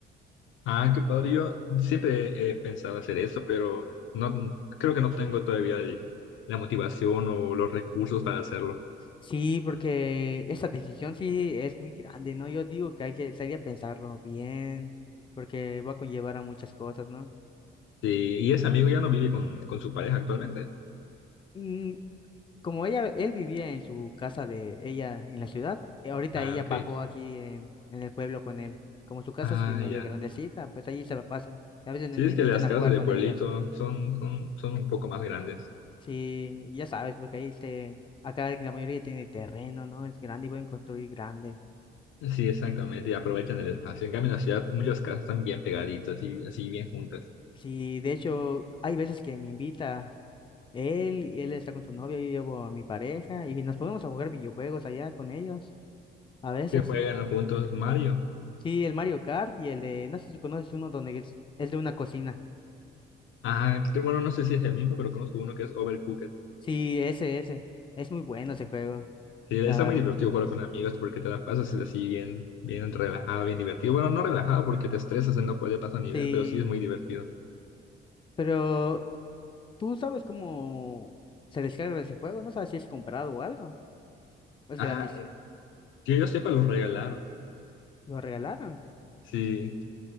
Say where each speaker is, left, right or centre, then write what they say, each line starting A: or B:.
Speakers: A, on the left; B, on the left.
A: Ah, qué padre, yo siempre he pensado hacer eso, pero no creo que no tengo todavía el- la motivación o los recursos para hacerlo.
B: Sí, porque esa decisión sí es muy grande, ¿no? Yo digo que hay que, sería pensarlo bien, porque va a conllevar a muchas cosas, ¿no?
A: Sí, y ese amigo ya no vive con, con su pareja actualmente.
B: Mm, Como ella, él vivía en su casa de ella en la ciudad, eh, ahorita
A: Ah,
B: ella
A: ok.
B: bajó aquí en, en el pueblo con él. Como su casa
A: Ah,
B: es que medio
A: ya.
B: grandecita, pues ahí se la pasan. A veces
A: Sí,
B: me
A: es
B: invitan
A: que las
B: a
A: casas
B: jugar
A: de
B: con
A: pueblito
B: ellos.
A: son, son, son un poco más grandes.
B: Sí, ya sabes, porque ahí se, acá la mayoría tiene terreno, ¿no? Es grande y pueden construir grande.
A: Sí, exactamente, y aprovechan el espacio. En cambio, en la ciudad muchas casas están bien pegaditas y así bien juntas.
B: Sí, de hecho, hay veces que me invita él, y él está con su novia, yo llevo a mi pareja y nos ponemos a jugar videojuegos allá con ellos, a veces.
A: Que juegan juntos Mario.
B: Sí, el Mario Kart y el de, no sé si conoces uno donde es es de una cocina.
A: Ah, que bueno, no sé si es el mismo, pero conozco uno que es Overcooked.
B: Sí, ese, ese. Es muy bueno ese juego,
A: Que
B: la
A: está
B: verdad.
A: muy divertido jugar con amigos porque te la pasas así bien, bien relajado, bien divertido. Bueno, no relajado porque te estresas y no puede pasar nivel,
B: Sí,
A: pero sí es muy divertido.
B: pero tú sabes cómo se descarga ese juego, no sabes si es comprado o algo. ¿O Es
A: Ah,
B: gratis.
A: que yo sepa, los regalaron.
B: ¿Lo regalaron?
A: Sí.